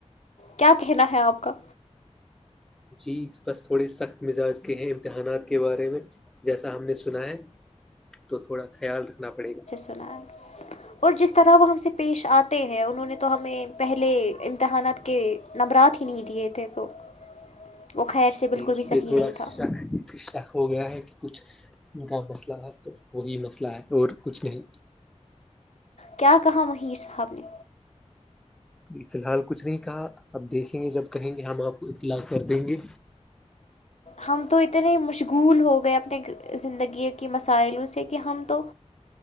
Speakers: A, on the left (about 65°); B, in the centre.
A: کیا کہنا ہے آپ کا
B: جی بس تھوڑے سخت مزاج کے ہیں امتحانات کے بارے میں جیسا ہم نے سنا ہے تو تھوڑا خیال رکھنا پڑے گا
A: چنا اور جس طرح وہ ہم سے پیش آتے ہیں انہوں نے تو ہمیں پہلے امتحانات کے نبرات ہی نہیں دیے تھے تو وہ خیر سے
B: جی
A: بالکل
B: اس
A: بھی صحیح
B: پہ تھوڑا
A: نہیں تھا
B: شک ہو گیا ہے کہ کچھ ان کا مسئلہ ہے تو وہی مسئلہ ہے اور کچھ نہیں
A: کیا کہااں مہیر صاحب نے
B: جی فی الحال کچھ نہیں کہا اب دیکھیں گے جب کہیں گے ہم آپ کو اطلاع کر دیں گے
A: ہم تو اتنے مشغول ہو گئے اپنے زندگی کے مسائلوں سے کہ ہم تو